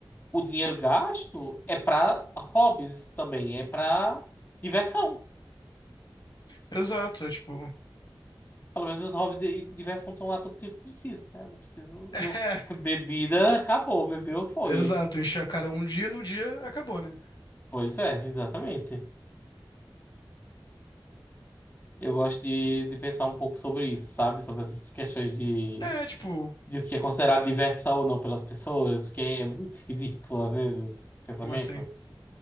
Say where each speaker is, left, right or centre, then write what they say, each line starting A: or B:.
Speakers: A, on the left; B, on the left.
A: o dinheiro gasto é pra hobbies também, é pra diversão.
B: exato. É tipo.
A: Pelo menos meus hobbies de e diversão estão lá todo dia que eu preciso, né? Não preciso.
B: <laughs>
A: não- <laughs> Bebida acabou, bebeu foi.
B: É, exato. Encher a cara um dia, no dia acabou, né?
A: Pois é, exatamente. Eu gosto de, de pensar um pouco sobre isso, sabe? Sobre essas questões de,
B: É, tipo.
A: de o que é considerado diversão ou não pelas pessoas, porque é muito <laughs> ridículo, às vezes, o pensamento.
B: Como assim?